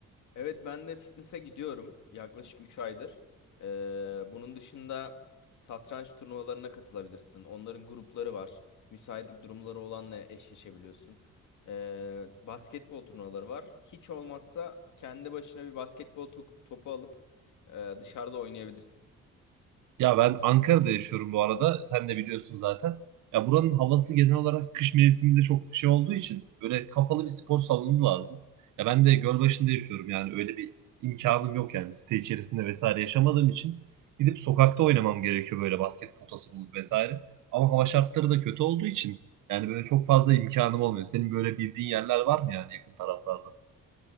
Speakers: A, on the left; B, on the right.
A: Evet ben de fitness'e gidiyorum yaklaşık 3 aydır. Ee, bunun dışında satranç turnuvalarına katılabilirsin. Onların grupları var. Müsaitlik durumları olanla eşleşebiliyorsun. Ee, basketbol turnuvaları var. Hiç olmazsa kendi başına bir basketbol to- topu alıp e, dışarıda oynayabilirsin.
B: Ya ben Ankara'da yaşıyorum bu arada. Sen de biliyorsun zaten. Ya buranın havası genel olarak kış mevsiminde çok şey olduğu için böyle kapalı bir spor salonu lazım. Ya ben de Gölbaşı'nda yaşıyorum yani öyle bir imkanım yok yani site içerisinde vesaire yaşamadığım için gidip sokakta oynamam gerekiyor böyle basket potası bulup vesaire. Ama hava şartları da kötü olduğu için yani böyle çok fazla imkanım olmuyor. Senin böyle bildiğin yerler var mı yani yakın taraflarda?